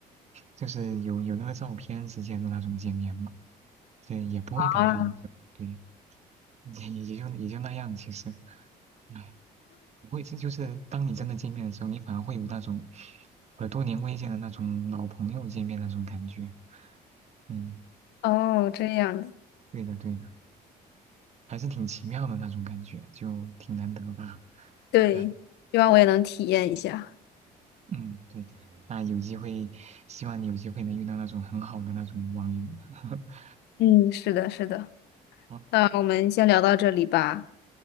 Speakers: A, on the right (about 40°); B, on the left (about 80°).
A: 就是有有那个照片之间的那种见面嘛，也也不会感觉有什么，
B: 啊，
A: 对。也也就也就那样，其实，哎，不会，这就是当你真的见面的时候，你反而会有那种和多年未见的那种老朋友见面那种感觉。嗯，
B: <laughs> 哦，这样子，
A: 对的对的，还是挺奇妙的那种感觉，就挺难得吧。
B: 对，
A: 唉，
B: 希望我也能体验一下。
A: 嗯，对，那有机会，希望你有机会能遇到那种很好的那种网友。<laughs>
B: 嗯，是的，是的。
A: 好，
B: 那我们先聊到这里吧，